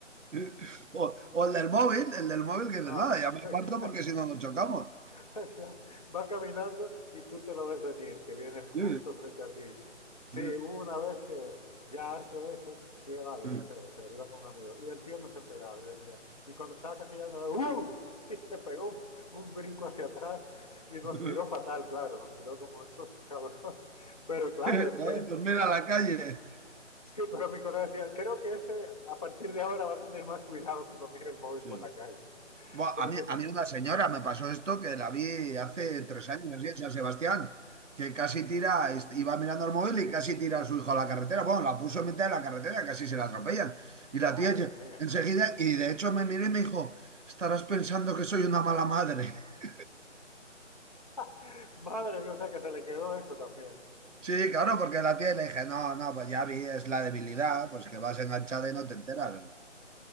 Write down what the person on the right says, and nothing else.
sí. O, o el del móvil, el del móvil que
dice, nada,
ya me aparto
porque si no nos chocamos.
Sí,
sí,
sí.
<laughs>
Cada
vez termina la calle.
Sí.
Buah,
a mí, a mí una señora me pasó esto que la vi hace tres años así, en San Sebastián, que casi tira, est- iba mirando el móvil y casi tira a su hijo a la carretera. Bueno, la puso en mitad de la carretera, casi se la atropellan. Y la
tía ye-
enseguida, y de hecho me miré y me dijo, estarás pensando que soy una mala madre. <laughs>
Sí, claro, porque la tía le dije, no, no, pues ya vi, es la debilidad, pues que vas enganchada y no te enteras.